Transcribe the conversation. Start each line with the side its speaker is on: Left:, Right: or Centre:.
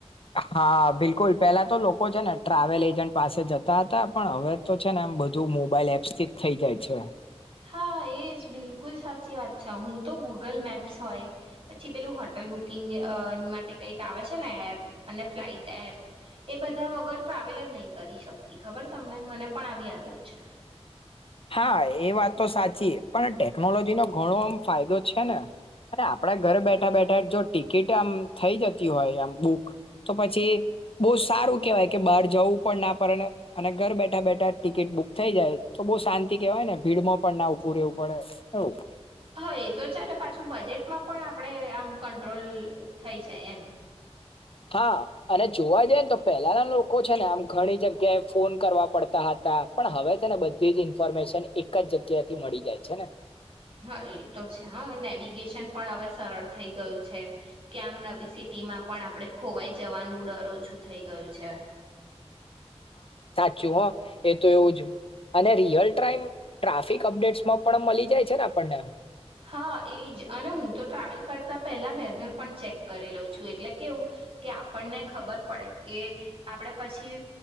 Left: હા બિલકુલ પેલા તો લોકો છે ને ટ્રાવેલ એજન્ટ પાસે જતા હતા પણ હવે તો છે ને એમ બધું મોબાઈલ એપ્સથી જ થઇ જાય છે
Right: હા એજ બિલકુલ સાચી વાત છે હું તો ગૂગલ મેપ્સ હોય પછી પેલું હોટલ બુકિંગ અ માટે કઈક આવે છે ને એપ અને ફ્લાઇટ એપ એ બધા વગર ટ્રાવેલ નહી કરી શકતી ખબર તમને મને પણ આવી આદત છે
Left: હા એ વાત તો સાચી પણ ટેકનોલોજી નો ઘણો આમ ફાયદો છે ને અને આપડા ઘર બેઠા બેઠા જો ટિકિટ આમ થઇ જતી હોય આમ બુક તો પછી બહુ સારું કેહેવાય કે બહાર જવું પણ ના પડે અને ઘર બેઠા બેઠા ટિકિટ બુક થઈ જાય તો બહુ શાંતિ કેવાય ને ભીડમાં પણ ના ઉભું રહેેવું પડે એવું
Right: હા એ તો છે ને પાછું બજેટમાં પણ આપણેે આમ કંટ્રોલ થઈ છે તે એમ
Left: હા અને જોવા જઈએ ને તો પહેલાના લોકો છે ને આમ ઘણી જગ્યાએ ફોન કરવા પડતા હતા પણ હવે છેને બધી જ ઇન્ફોર્મેશન એક જ જગ્યાથી મળી જાય છે ને
Right: હા એ તો છે હા નેવિગેશન પણ હવે સરળ થઈ ગયું છે કે્યામ નવી સિટીમાં પણ આપણે ખોવાઈ જવાનું ડરો છું થઈ ગયું છે
Left: જુ હ એ તો એવું જ અને રિયલ ટાઈમ ટ્રાફિક અપડેટ્સમાં પણ મળી જાય છે ને આપણને
Right: હા એજ અને હું તો ટ્રાવેલ કરતા પહેલા વેદર પણ ચેક કરી લઉં છું એટલે કેવું કે આપણને ખબર પડે કે આપડ પછી